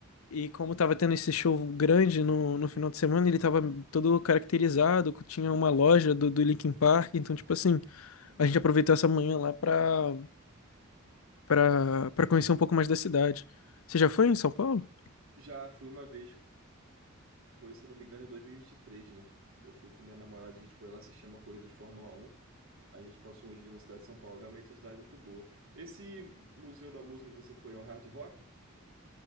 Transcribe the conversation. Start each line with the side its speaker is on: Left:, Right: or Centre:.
Left: E como tava tendo esse show grande no, no final de semana, ele tava todo caracterizado, tinha uma loja do, do Linkin Park, então, tipo assim,
Right: Sim.
Left: a gente aproveitou essa manhã lá pra, pra, pra conhecer um pouco mais da cidade. Você já foi em São Paulo?
Right: Já fui uma vez Foi, se eu não me engano, em dois mil e e vinte e três né? Eu fui com minha namorada, a gente foi lá assistir uma corrida de Fórmula um A gente passou uns dias na cidade de São Paulo. Realmente a cidade é muito boa. Esse Museu da Música que você foi é o Hard Rock?